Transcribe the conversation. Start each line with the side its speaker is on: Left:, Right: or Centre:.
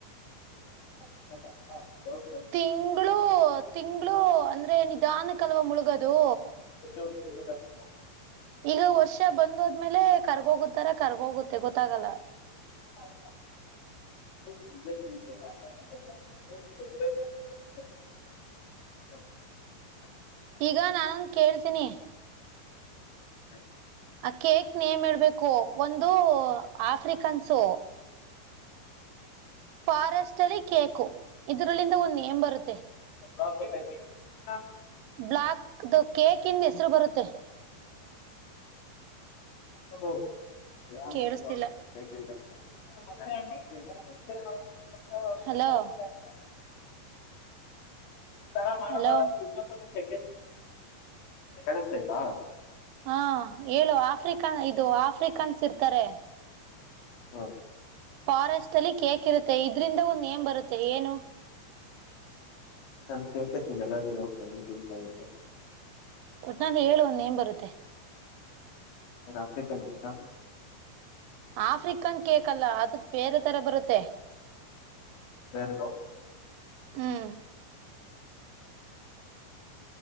Left: <inaudible>
Right: ತಿಂಗಳುೂ ತಿಂಗಳು ಅಂದ್ರೆ ನಿಧಾನಕ್ಕೆಲ್ವ ಮುಳುಗದು
Left: <inaudible>
Right: ಈಗ ವರ್ಷ ಬಂದದ್ಮೇಲೆ ಕರ್ಗೋಗುತ್ತಾರೆ ಕರ್ಗೋಗುತ್ತೆ ಗೊತ್ತಾಗಲ್ಲ
Left: ಬಬ <inaudible> ೆ <inaudible>
Right: ಈಗ ನಾನ ಕೇಳ್ತೀನಿ
Left: ಹ
Right: ಆ ಕೇಕ್ ನೇಮ ಇಡ್ಬೇಕು ಒಂದು ಆಫ್ರಿಕನ್ಸು ಫಾರೆಸ್ಟ್ ಅಲ್ಲಿ ಕೇಕು ಇದ್ರಲ್ಲಿಂದ ಒಂದು ನೇಮ್ ಬರುತ್ತೆ
Left: ಹಾ ಗತ್ತಾಯ್ತ
Right: ಬ್ಲ್ಯಾಕ್ ಕೇಕ್ ಇಂದ ಹೆಸರು ಬರುತ್ತೆ
Left: <inaudible> ಬೇಗಾಗ್ತದೆ
Right: ಕೇಳಿಸ್ತಿಲ್ಲ
Left: <inaudible>
Right: ಹಲೋ
Left: <unintelligible>
Right: ಹಲೋ
Left: ಕೇಳಿಸ್ತತೈತ
Right: ಹಾ ಹೇಳ ಆಫ್ರಿಕನ್ ಇದು ಆಫ್ರಿಕನ್ಸ್ ಇರ್ತಾರೆ
Left: ಹಾ
Right: ಫಾರೆಸ್ಟ್ ಅಲ್ಲಿ ಕೇಕ್ ಇರುತ್ತೆ ಇದ್ರಿಂದ ಒಂದು ನೇಮ್ ಬರುತ್ತೆ ಏನು
Left: ನಾನು ಕೇಕ್ ಹೇ ತಿನಲ್ಲ ನೀನು ಹೋಗಿ ಅದನ್ನ ಕೇಳ್ತಿದಿಯ
Right: ಒಟ್ನಲ್ಲಿ ಹೇಳು ಒಂದು ನೇಮ್ ಬರುತ್ತೆ
Left: ಆಫ್ರಿಕನ್ ಕೇಕ್ ಅ
Right: ಆಫ್ರಿಕನ್ ಕೇಕ್ ಅಲ್ಲ ಅದು ಬೇರೆ ತರ ಬರುತ್ತೆ
Left: ಬೇರೆ
Right: ಹ್ಮ್